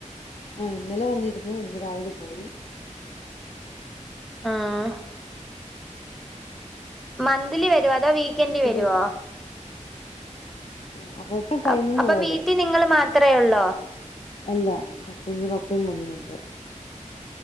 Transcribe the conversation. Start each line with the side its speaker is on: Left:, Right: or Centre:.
Left: ആഹ് ഇന്നലെ വന്നിരുന്നു ഇന്ന് രാവിലെ പോയി
Centre: ആഹ് മന്ത്ലി വരോ അതോ വീക്കെന്റ്
Left: എടക്ക്
Centre: വരോ?
Left: വരും ആ അവിടുത്തെ
Centre: അ
Left: ടൈമിങ്
Centre: അപ്പ
Left: പോലെ
Centre: വീട്ടീ നിങ്ങള് മാത്രേ ഒള്ളോ
Left: അല്ല ഹസ്ബന്റിന്റെ പപ്പേം മമ്മീം ഉണ്ട്.